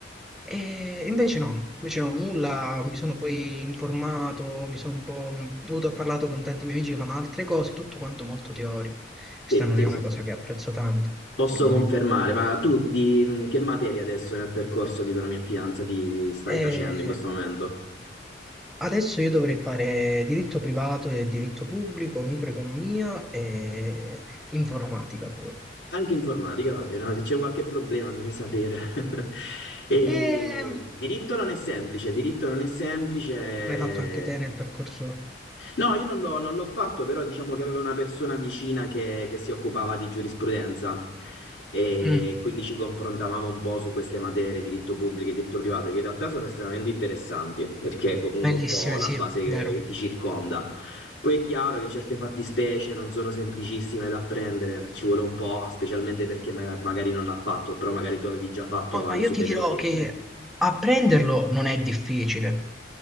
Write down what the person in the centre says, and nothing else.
E invece no, invece no, nulla, mi sono poi informato, mi sono un po'... dovuto ho parlato con tanti miei amici che fanno altre cose, tutto quanto molto teorico. Questa
non
è una
cosa che apprezzo tanto,
ti dico la
verità.
E
adesso io dovrei fare diritto privato e diritto pubblico, microeconomia e informatica pure.
E
l'hai fatto anche te nel percorso?
Mm,
bellissime,
sì,
vero.
Ma
io
ti dirò che apprenderlo non è difficile.